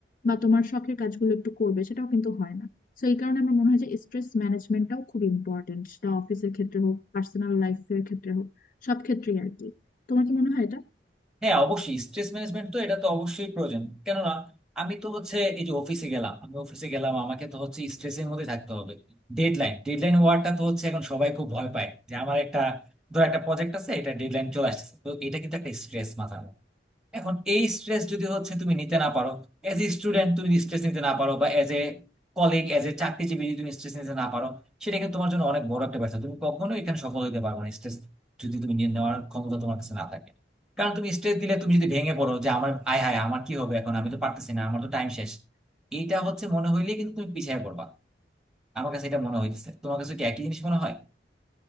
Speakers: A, on the left (about 50°); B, in the centre.
A: বা তোমার শখের কাজগুলো একটু করবে সেটাও কিন্তু হয় না তো এই কারণে আমার মনে হয় যে স্ট্রেস ম্যানেজমেন্টটাও খুব ইম্পর্টেন্ট সেটা অফিসের ক্ষেত্রে হোক পার্সোনাল লাইফের ক্ষেত্রে হোক সব ক্ষেত্রেই আর কি তোমার কি মনে হয় এটা
B: হ্যাঁ অবশ্যই স্ট্রেস ম্যানেজমেন্ট তো এটা তো অবশ্যই প্রয়োজন কেননা আমি তো হচ্ছে এই যে অফিসে গেলাম আমি অফিসে গেলাম আমাকে তো হচ্ছে স্ট্রেসের মধ্যে থাকতে হবে ডেডলাইন ডেডলাইন ওয়ার্ডটা তো হচ্ছে এখন সবাই খুব ভয় পায় যে আমার একটা ধর একটা প্রজেক্ট আছে এটা ডেডলাইন চলে আসছে তো এটা কিন্তু একটা স্ট্রেস মাথার এখন এই স্ট্রেস যদি হচ্ছে তুমি নিতে না পারো এজ এ স্টুডেন্ট তুমি স্ট্রেস নিতে না পারো বা as a colleague as a চাকরিজীবী যদি তুমি স্ট্রেস নিতে না পারো সেটা কিন্তু তোমার জন্য অনেক বড় একটা ব্যর্থ তুমি কখনোই এখানে সফল হতে পারবে না স্ট্রেস যদি তুমি নিয়ে নেওয়ার ক্ষমতা তোমার কাছে না থাকে কারণ তুমি স্ট্রেস দিলে তুমি যদি ভেঙে পড়ো যে আমার আয় হায় আমার কি হবে এখন আমি তো পারতেছি না আমার তো টাইম শেষ এইটা হচ্ছে মনে হইলেই কিন্তু তুমি পিছিয়ে পড়বা আমার কাছে এটা মনে হইতেছে তোমার কাছে কি একই জিনিস মনে হয়